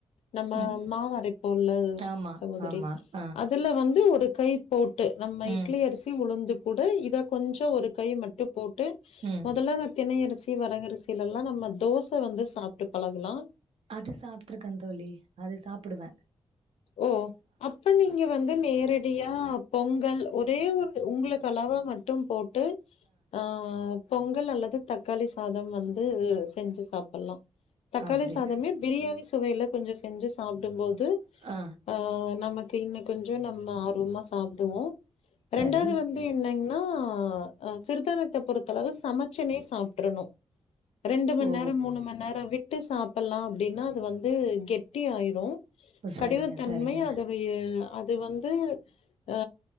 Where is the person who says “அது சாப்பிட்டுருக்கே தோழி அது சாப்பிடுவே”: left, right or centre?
Right